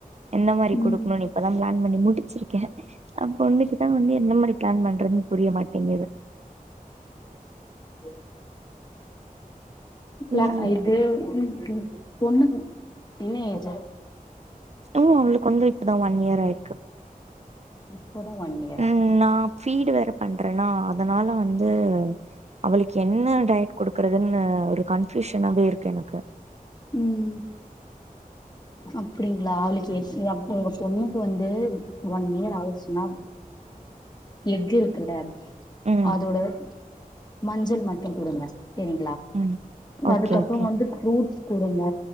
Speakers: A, on the right; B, on the left.
A: என்ன மாரி
B: ம்
A: கொடுக்கணுன்னு இப்பதா பிளான் பண்ணி முடிச்சிருக்கே அப்போ இன்னைக்குதா வந்து என்ன மாரி க்லான்வண் ட்டரதுன்னு புரிய மாட்டேங்குது
B: ஓ இல்ல
A: உம்
B: இது ம் பொண்ணு என்ன ஏஜ்
A: இப்போ அவங்களுக்கு வந்து இப்பதா ஒன் இயர் ஆயிருக்கு
B: ம் இப்போதா ஒன் இயரா
A: ம் நா ஃபீடு வேற பண்றன்னா அதனால வந்து அவளுக்கு என்ன டயட் குடுக்குறதுன்னு ஒரு கன்பியூஷ் எநாவே இருக்கு எனக்கு
B: ம் அப்டிங்களா அவளுக்கு உங்க பொண்ணுக்கு வந்து ஒன் இயர் ஆச்சுன்னா எக்கு இருக்குல
A: ம்
B: அதோட மஞ்சள் மட்டு குடுங்க சேரிங்களா
A: ம்
B: இல்ல
A: ஓகே
B: அதுக்கப்புறோ
A: ஓகே
B: வந்து புரூட்ஸ் குடுங்க